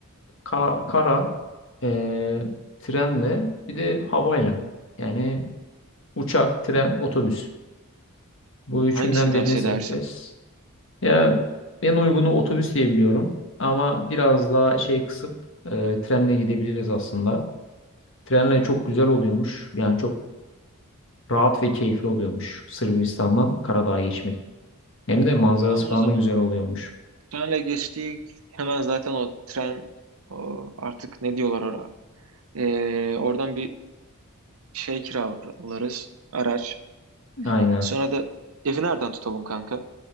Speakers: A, on the left; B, on the right.
A: Ka- kara, e, trenle bir de havayla. Yani uçak, tren, otobüs. Bu üçünden
B: Hangisini tavsiye
A: birini seçeceğiz.
B: edersin?
A: Ya en uygunu otobüs diye biliyorum. Ama biraz daha şey kısıp e, trenle gidebiliriz aslında. Trenle çok güzel oluyormuş. Yani çok rahat ve keyifli oluyormuş Sırbistan'dan Karadağ'a geçmek. Hem de manzarası
B: Tamam
A: falan
B: o zaman.
A: da güzel oluyormuş.
B: Trenle geçtik. Hemen zaten o tren o artık ne diyorlar oraya? Ee, oradan bir şey kiralarız. Araç.
A: Aynen.
B: Sonra da evi nereden tutalım kanka?